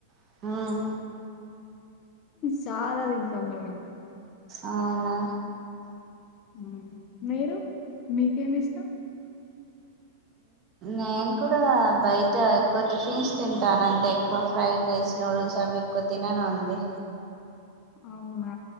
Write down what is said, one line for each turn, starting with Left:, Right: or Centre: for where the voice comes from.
Right: మ్మ్
Left: చాలా తింటాం మేము ఇంకా
Right: అవునా
Left: హ్ మీరు మీకేమి ఇష్టం
Right: నేను కూడా బయట ఎక్కువ టిఫిన్స్ తింటాను అంటే ఎక్కువ అంటే ఫ్రైడ్ రైస్ నూడుల్స్ అవి ఎక్కువ తినను అండి
Left: అవునా